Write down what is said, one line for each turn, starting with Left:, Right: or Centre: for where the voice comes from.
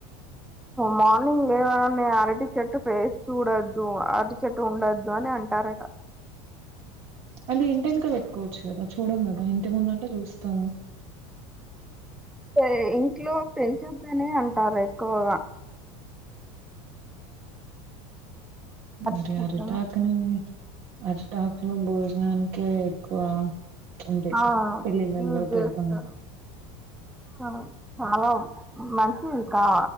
Centre: మార్నింగ్ లేవగానే అరటి చెట్టు పేస్ చూడొద్దు అరటి చెట్టు ఉండొద్దు అని అంటారట
Right: అంటే ఇంటి వెనక పెట్టుకోవచ్చు కదా చూడం కదా ఇంటి ముందంటే చూస్తాము
Centre: సరే ఇంట్లో పెంచొద్దనే అంటారు ఎక్కువగా అరటి
Right: మరి
Centre: చెట్లను
Right: ఆరిటాకుని అరిటాకులో భోజనానికే ఎక్కువ అంటే
Centre: ఆ
Right: పెళ్ళిళ్ళలో
Centre: యూజ జేస్తారు
Right: పెడతాం కదా
Centre: ఆ చాలా మంచిది కా